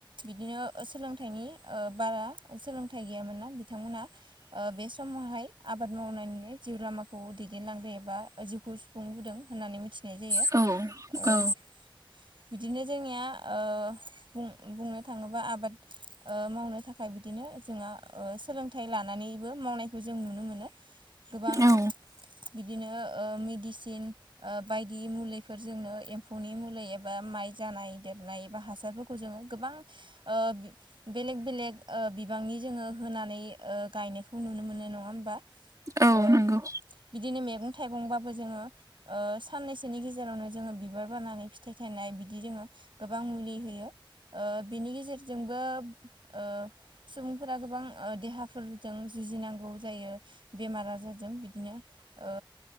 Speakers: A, on the right; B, on the right.
A: बिदिनो सोलोंथाइनि बारा सोलोंथाइ गैयामोन ना बिथांमोनहा ओ बे समावहाय आबाद मावनानैनो जिउ लामाखौ दैदेनलांदो एबा जिउ सुफुंबोदों होननानै मिथिनाय जायो
B: औ
A: <unintelligible>
B: औ
A: बिदिनो जोंनिया ओ बुं बुंनो थाङोबा आबाद ओ मावनो थाखाय बिदिनो जोंहा सोलोंथाइ लानानैबो मावनायखौ जों नुनो मोनो गोबां
B: औ
A: बिदिनो ओ मेडिसिन बायदि मुलि फोरजोंनो एम्फौनि मुलि एबा माइ जानाय देरनाय एबा हासारफोरखौ जोङो गोबां ओ बेलेग बेलेग ओ बिबांनि जोङो होनानै गायनायखौ नुनो मोनो नङा होमबा
B: औ
A: ओ
B: नंगौ
A: बिदिनो मेगं-थाइगंबाबो जोङो ओ साननैसोनि गेजे जेरावनो जोङो बिबार बारनानै फिथाइ थायनाय बिदि जोङो गोबां मुलि होयो ओ बिनि गेजेरजोंबो ओ सुबुंफोरा गोबां ओ देहाफोरजों जुजिनांगौ जायो बेमार-आजारजों बिदिनो ओ